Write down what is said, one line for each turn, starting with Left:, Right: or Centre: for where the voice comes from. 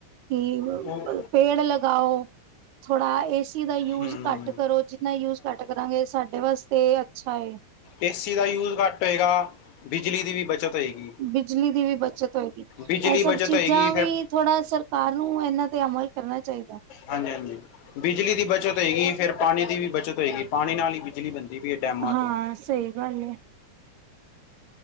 Right: ਕਿ
Left: ਉਹ
Right: ਪੇੜ ਲਗਾਓ ਥੋੜਾ ਏਸੀ ਦਾ ਯੂਜ
Left: ਹਮ
Right: ਘੱਟ ਕਰੋ ਜਿੰਨਾ ਯੂਜ ਘੱਟ ਕਰਾਂਗੇ ਸਾਡੇ ਵਾਸਤੇ ਅੱਛਾ ਹੈ
Left: ਏਸੀ ਦਾ ਯੂਜ ਘੱਟ ਹੋਏਗਾ ਬਿਜਲੀ ਦੀ ਵੀ ਬੱਚਤ ਹੋਏਗੀ
Right: ਬਿਜਲੀ ਦੀ ਵੀ ਬੱਚਤ ਹੋਏਗੀ
Left: ਬਿਜਲੀ
Right: ਇਹ ਸਭ
Left: ਬੱਚਤ
Right: ਚੀਜ਼ਾਂ
Left: ਹੋਏਗੀ ਫਿਰ
Right: ਵੀ ਥੋੜ੍ਹਾ ਸਰਕਾਰ ਨੂੰ ਇਹਨਾਂ ਤੇ ਅਮਲ ਕਰਨਾ ਚਾਹੀਦਾ
Left: ਹਾਂਜੀ ਹਾਂਜੀ ਬਿਜਲੀ ਦੀ ਬੱਚਤ ਹੋਏਗੀ ਫੇਰ ਪਾਣੀ ਦੀ ਵੀ ਬੱਚਤ ਹੋਏਗੀ ਪਾਣੀ ਨਾਲ ਹੀ ਬਿਜਲੀ ਬਣਦੀ ਪਈ ਹੈ ਡੈਮਾਂ
Right: ਹਾਂ
Left: ਤੋਂ
Right: ਸਹੀ ਗੱਲ ਹੈ